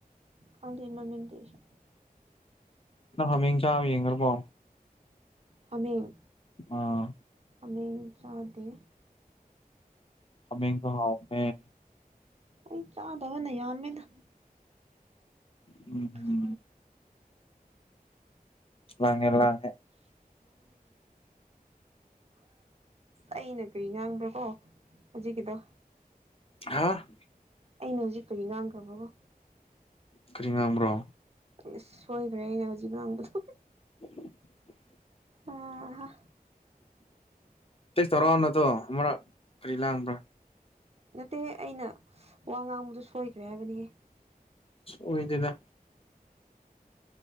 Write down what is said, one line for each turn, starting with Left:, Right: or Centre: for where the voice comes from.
Right: ꯈꯪꯗꯦ ꯃꯃꯤꯡꯗꯤ ꯑꯩꯁꯨ
Left: ꯅꯪ ꯍꯥꯃꯦꯡ ꯆꯥꯕ ꯌꯦꯡꯒ꯭ꯔꯕꯣ
Right: ꯍꯥꯃꯦꯡ
Left: ꯑꯥ
Right: ꯍꯥꯃꯦꯡ ꯆꯥꯗꯦ
Left: ꯍꯥꯃꯦꯡ ꯗꯣ ꯍꯥꯎꯕꯅꯦ
Right: ꯑꯩ ꯆꯥꯗꯕꯅ ꯌꯥꯝꯃꯦꯗ
Left: ꯎꯝ ꯎꯝ
Right: <unintelligible> <unintelligible>
Left: ꯂꯥꯡꯉꯦ ꯂꯥꯡꯉꯦ
Right: ꯑꯩꯅ ꯀꯔꯤ ꯉꯥꯡꯕ꯭ꯔꯥ ꯀꯣ ꯍꯧꯖꯤꯛꯀꯤꯗꯣ
Left: ꯍꯥꯥ
Right: ꯑꯩꯅ ꯍꯧꯖꯤꯛ ꯀꯔꯤ ꯉꯥꯡꯈ꯭ꯔꯥꯕꯒꯣ
Left: ꯀꯔꯤ ꯉꯥꯡꯕ꯭ꯔꯣ
Right: ꯑꯁ ꯁꯣꯏꯒ꯭ꯔꯦ ꯑꯩꯅ ꯍꯧꯖꯤꯛ ꯉꯥꯡꯕꯗꯣ
Left: <inaudible>
Right: ꯑꯥ ꯍꯥ
Left: ꯇꯦꯁ ꯇꯧꯔꯣꯅꯗꯣ ꯑꯃꯨꯔꯛ ꯀꯔꯤ ꯂꯥꯡꯕ꯭ꯔꯥ
Right: ꯅꯠꯇꯦꯍꯦ ꯑꯩꯅ ꯋꯥ ꯉꯥꯡꯕꯗꯨ ꯁꯣꯏꯈ꯭ꯔꯦ ꯍꯥꯏꯕꯅꯦ ꯍꯦ
Left: ꯑꯣꯏꯗꯦꯗ